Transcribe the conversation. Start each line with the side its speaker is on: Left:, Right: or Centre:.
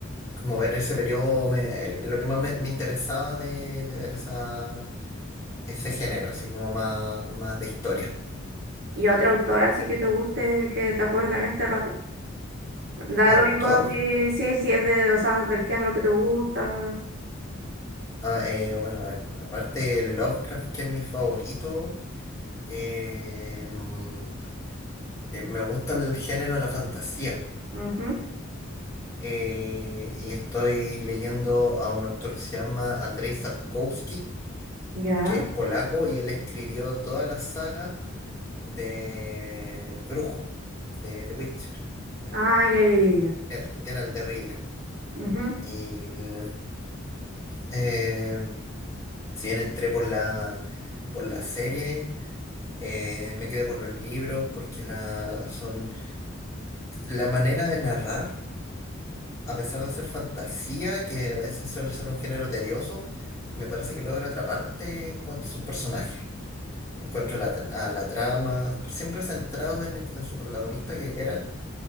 Left: como ver ese periodo, me- eh, lo que más me, me interesaba de, de ver esa, ese género, así como más, más de historia.
Right: ¿Y otra autora así que te guste, que te acuerde en este rato? Da lo
Left: Autor,
Right: mismo si, si, si es de, o sea, del género que te gusta.
Left: ah, eh, bueno, a ver, aparte de Lovecraft, que es mi favorito, eh, mm, eh, me gusta el género de la fantasía.
Right: Ujú,
Left: Eh, y estoy leyendo a un autor que se llama Andrzej Sapkowski,
Right: Ya.
Left: que es polaco y él escribió toda la saga. del brujo de The Witcher, eh,
Right: Ah, ya, ya, ya, ya.
Left: Ger- Geralt de Rivia.
Right: Ujú.
Left: Y l- eh, si bien entré por la, por la serie, eh, me quedé por los libros porque la, son la manera de narrar, a pesar de ser fantasía, que a veces suele ser un género tedioso, me parece que logra atraparte en cuanto a sus personajes. En cuanto a la, tra- a la trama, siempre centrado en, est- en su protagonista que es Geralt